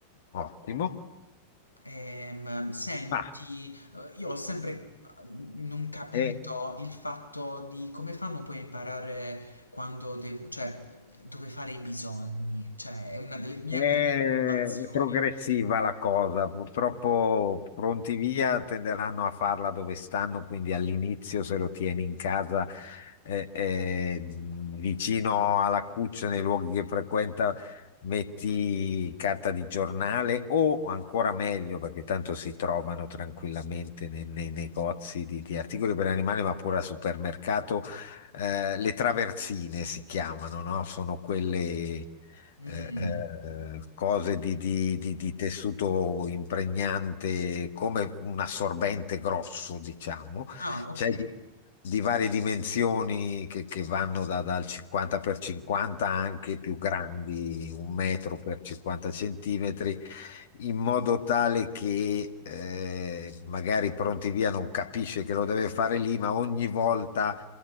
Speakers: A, on the left; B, on the left.
A: ottimo.
B: Ehm, senti,
A: Ma...
B: eh, io ho sempre eh, non capito
A: E
B: il fatto di come fanno poi a imparare quando devo, cioè dove fare i bisogni, cioè è una delle mie
A: È è
B: preoccupazioni.
A: progressiva la cosa, purtroppo pronti via tenderanno a farla dove stanno, quindi all'inizio se lo tieni in casa eh, eh, vicino alla cuccia, nei luoghi che frequenta, metti carta di giornale o ancora meglio, perché tanto si trovano tranquillamente nei, nei negozi di, di articoli per animali, ma pure al supermercato, eh, le traversine si chiamano, no? Sono quelle
B: Mm.
A: eh, eh, cose di, di- di- di tessuto impregnante come un assorbente grosso, diciamo.
B: Ah,
A: C'è
B: ok,
A: di, di varie dimensioni che, che vanno da- dal 50 per 50 anche più grandi, un metro per 50 centimetri in modo tale che eh, magari pronti via non capisce che lo deve fare lì, ma ogni volta